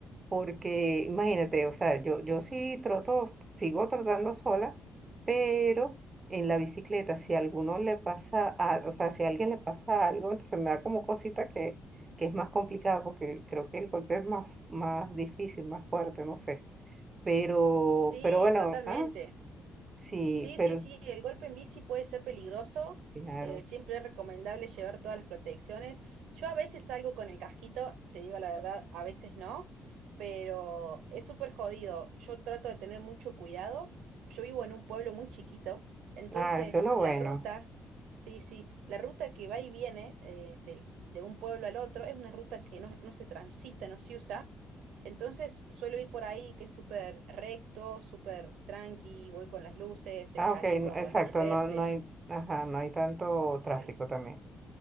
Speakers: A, on the right; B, on the right.
A: porque imagínate, o sea, yo, yo sí troto, sigo trotando sola, pero en la bicicleta, si a alguno le pasa, a- o sea, si a alguien le pasa algo, entonces me da como cosita que, que es más complicado, porque creo que el golpe es más, más difícil, más fuerte, no sé. Pero,
B: Sí,
A: pero bueno,
B: totalmente.
A: ah, sí,
B: Sí,
A: pero
B: sí, sí, el golpe en bici puede ser peligroso.
A: claro.
B: eh, siempre es recomendable llevar todas las protecciones. Yo a veces salgo con el casquito, te digo la verdad, a veces no, pero es súper jodido. Yo trato de tener mucho cuidado. Yo vivo en un pueblo muy chiquito, entonces
A: Ah, eso es lo
B: la
A: bueno.
B: ruta, sí, sí, la ruta que va y viene eh, del- de un pueblo al otro es una ruta que no, no se transita, no se usa. Entonces suelo ir por ahí que es súper recto, súper tranqui, voy con las luces, el
A: Ah,
B: chaleco
A: ok, no- exacto,
B: antirreflex.
A: no, no hay, ajá, no hay tanto tráfico
B: Sí.
A: también.